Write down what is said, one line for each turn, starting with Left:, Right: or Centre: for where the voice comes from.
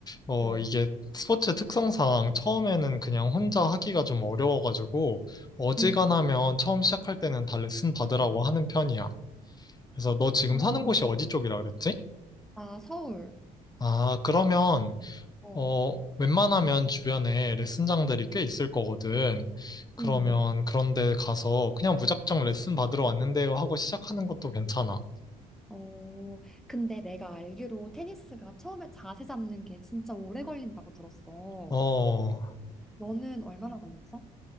Left: 어,
Centre: 어,
Left: 이게 스포츠 특성상 처음에는 그냥 혼자 하기가 좀 어려워가지고, 어지간하면
Centre: 응.
Left: 처음 시작할 때는 다 레슨 받으라고 하는 편이야. 그래서 너 지금
Centre: 그러면.
Left: 사는 곳이 어디 쪽이라 그랬지?
Centre: 아, 서울.
Left: 아, 그러면,
Centre: 어,
Left: 어, 웬만하면 주변에 레슨장들이 꽤 있을 거거든. 그러면
Centre: 응.
Left: 그런데 가서 그냥 무작정 레슨 받으러 왔는데요 하고 시작하는 것도 괜찮아.
Centre: 어, 근데 내가 알기로 테니스가 처음에 자세 잡는 게 진짜 오래 걸린다고 들었어.
Left: 어,
Centre: 너는 얼마나 걸렸어?